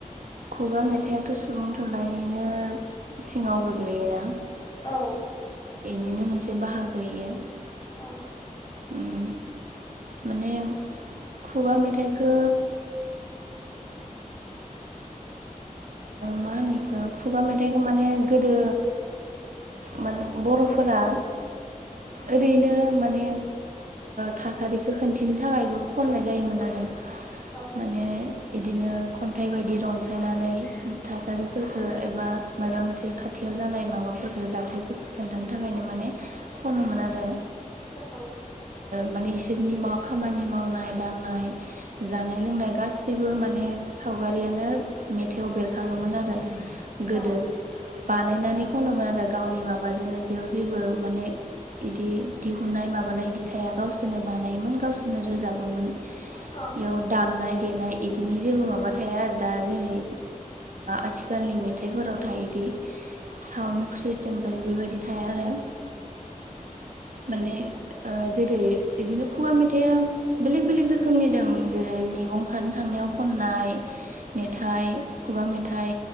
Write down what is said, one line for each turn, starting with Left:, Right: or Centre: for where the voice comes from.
Right: खुगा मेथाइआथ सुबुं थुनलाइनिनो सिङाव गोग्लैयोना
Left: औ
Right: बेनिनो मोनसे बाहागोयो
Left: औ
Right: उम माने खुगा मेथाइखो मा होनो बेखौ खुगा मेथाइखौो माने गोदो मान बर'फोरा ओरैनो माने थासारिखौ खिन्थिनो थाखायबो खननाय जायोमोन आरो
Left: औ
Right: माने बिदिनो खन्थाइ बायदि रनसायनानै थासारिफोरफोरखौ एबा माबा मोनसे खाथियाव जानाय माबाफोरफोरखौ जाथायफोरफोरखौ खिन्थानो थाखाय नो माने खनोमोन आरो
Left: औ
Right: मानि बिसोरनि मा खामानि मावनाय दांनाय जानाय लोंनाय गासिबो माने सावगारि मारियानो मेथाइआव बेरखाङोमोन आरो गोदो
Left: औ
Right: बानायनानै खनोमोन आरो गावनि माबाजोंनो बेयाव जेबो माने बिदि दिहुननाय माबानाय दिथाइआ गावसोरनो बानायोमोन गावसोरनो रोजाबोमोन
Left: औ
Right: बेयाव दामनाय देनाय बिदिनि जेबो माबा थाया आरो दा जेरै आथिखालनि मेथाइफोराव थायोदि साउन्ड सिस्टेमफोर बेबायदि थाया आरो माने जेरै बिदिनो खुगा मेथाइआ बेलेग बेलेग रोखोमनि दं जेरै मैगं खानो थांनायाव खननाय मेथाइ खुगा मेथाइ